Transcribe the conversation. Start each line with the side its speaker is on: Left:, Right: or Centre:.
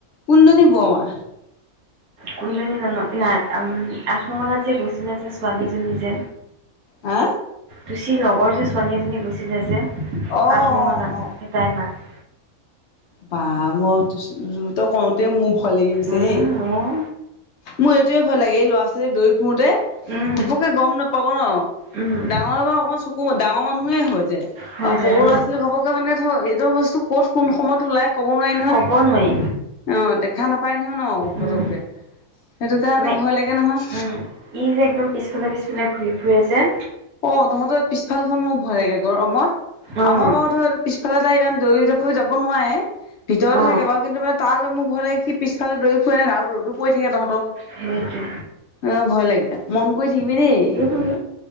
Left: কোনজনী বৰমা।
Right: কোনজনী জান নাই। আঠমঙলাত যে গৈছিলে যে, ছোৱালীজনী যে।
Left: হা!
Right: তুচিৰ লগৰ যে ছোৱালী এজনী গৈছিলে যে।
Left: অ অ
Right: আঠ মঙলাত,
Left: অ
Right: এ, তাই মাক।
Left: বা মইয়ো তো <unintelligible> তই কওঁতে মোৰ ক'ল লাগি গৈছে
Right: উম
Left: হেই!
Right: মোৰ
Left: মোৰ এইটোয়ে ভয় লাগে! এই ল'ৰা ছোৱালী দৌৰি ফুৰোঁতে,
Right: উম
Left: ঘপককে গম নাপাব ন'।
Right: উম
Left: ডাঙৰ বাও অকণ চকু ডাঙৰ মানুহে হৈ যায়।
Right: হৈ
Left: অ'!
Right: যায়
Left: সৰু ল'ৰা ছোৱালীৰ ঘপককে মানে এইটো বস্তু ক'ত কোন অসময়ত ওলায়? ক'ব নোৱাৰি নহয়,
Right: ক'ব নোৱাৰি
Left: অ'! দেখা নাপা হয় ন' পতককে।
Right: উম
Left: সেইটো কাৰণে,
Right: আমাৰ
Left: ভয় লাগে নহয়।
Right: উম, ই যে, একদম পিছফালে, পিছফালে ঘূৰি ফুৰে যে।
Left: অ'! তহঁতৰ পিছ ফালখন মোক ভয় লাগে গৰমত ।
Right: অ'।
Left: আমাৰ বাৰু ধৰ পিছফালে তাই ইমান দৌৰি ধপৰি যাব নোৱাৰে। ভিতৰতে
Right: অ',
Left: থাকে বাৰু। কিন্তু মানে, তালে মোৰ ভয় লাগে! সি পিছফালে দৌৰি ফুৰে নাই আৰু ৰ'দো পৰি থাকে তহঁতৰ।
Right: সেইটো
Left: এ, ভয় লাগে! মন কৰি থাকিবি দেই।
Right: কি হল